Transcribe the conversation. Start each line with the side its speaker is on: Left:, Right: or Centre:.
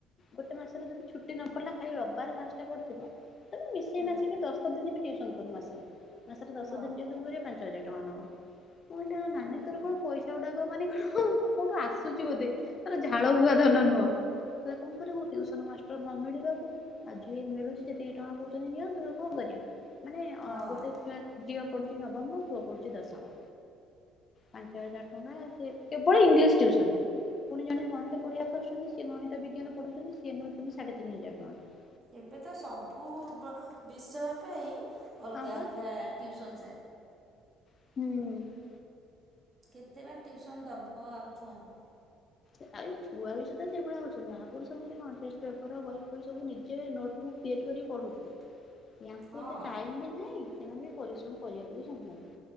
Left: ଗୋଟେ ମାସରେ ଯଦି ଛୁଟି ନ ପଡିଲା ଖାଲି ରବିବାର ପାଞ୍ଚଟା ପଡିଥିବ ହେଲେ ମି ଶି
Right: ହୁଁ
Left: ମାଶିକି ଦଶ ଦିନି ବି ଟିଉସନ୍ କରୁ ମାସରେ ମାସରେ ଦଶ
Right: ହଁ
Left: ଦିନ ଟିଉସନ୍ କରିବ ପାଞ୍ଚ ହଜାର ଟଙ୍କା ନବ। ମୁଁ କଇଲି ଆଉ ନାନୀ
Right: ଆରେ
Left: ତୋର
Right: ବଢ଼ିଆ
Left: କଣ ପଇସା ଗୁଡାକ ମାନେ କହଁଣ କୋଉଠୁ ଆସୁଛି ବୋଧେ ତୋର ଝାଳ ବୁହା ଧନ ନୁହଁ କହିଲା କଣ କରିବୁ ଟିଉସନ୍ ମାଷ୍ଟର ନ ମିଳିବାକୁ ଆଜି ମିଳୁଚି ଯେତିକି ଟଙ୍କା କହୁଚନ୍ତି ନିଅନ୍ତୁ କଁ କରିଆ ମାନେ ଅ
Right: ହଁ
Left: ଗୋଟେ ଝିଅ ଝିଅ ପଡ଼ୁଚି ନବମ ପୁଅ ପଡ଼ୁଚି ଦଶମ ପାଞ୍ଚ ହଜାର ଟଙ୍କା କେବଳ ଇଂଗି୍ଲିସି ଟିଉସଳ୍ ରେ ପୁଣି ଜଣେ ଗଣିତ ପଢେଇଆକୁ ଆସୁଚନ୍ତି ସିଏ ଗଣିତ ବିଜ୍ଞାନ ପଢଉଚନ୍ତି ସିଏ ନଉଚନ୍ତି ସାଢେ ତିନି ହଜାର ଟଙ୍କା
Right: ଏବେ ତ ସବୁ ବ ବିଷୟ ପାଇଁ ଅଲଗା
Left: ହଁ ପା
Right: ଅଲଗା ଟିଉସନ ସାର୍।
Left: ହୁଁ।
Right: କେତେ ବା ଟିଉସନ୍ ଦବ ଆଉ ଛୁଆଙ୍କୁ
Left: ଆଉ ଏ ଛୁଆ ବି ସେତ ସେଇଭଳିଆ ହଉଚନ୍ତି ଆଗରୁ ସେ ସବୁ କଣ ଟେଷ୍ଟ ପେପର ବହି ସବୁ ନିଜେ ନୋଟ୍ ବୁକ୍ ତିଆରି କରି ପଢ଼ୁଥିଲେ
Right: <inaudible>
Left: ୟାଙ୍କୁ
Right: ହଁ।
Left: ଏତେ ଟାଇମ୍ ବି ନାହିଁ ସେମାନେ ବି ପରିଶ୍ରମ କରିଆକୁ ବି ଚାହୁନାହାତି